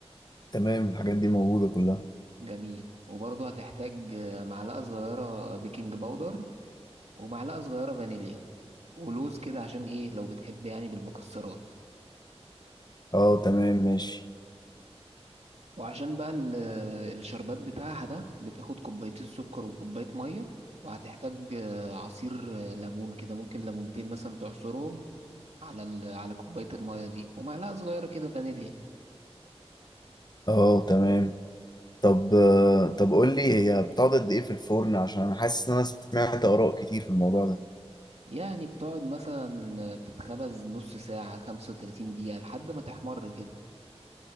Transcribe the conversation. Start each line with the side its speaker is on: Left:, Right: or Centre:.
Left: تمام الحاجات دي موجودة كلها
Right: جميل وبرضه هتحتاج آه، معلقة صغيرة بيكنج باودر ومعلقة صغيرة فانيليا ولوز كده عشان ايه لو بتحب يعني بالمكسرات
Left: اه تمام ماشي
Right: وعشان بقى ال- آه، الشربات بتاعها ده بتاخد كوبايتين سكر وكوباية مية وهتحتاج آه، عصير آه، ليمون كده ممكن ليمونتين مثلا تعصرهم على ال- على كوباية المية دي ومعلقة صغيرة كده فانيليا
Left: اه تمام طب آه، طب قول لي هي بتقعد قد ايه في الفرن عشان انا حاسس ان انا سمعت آراء كتير في الموضوع ده
Right: يعني بتقعد مثلا بتتخبز نص ساعة 35 دقيقة لحد ما تحمر كده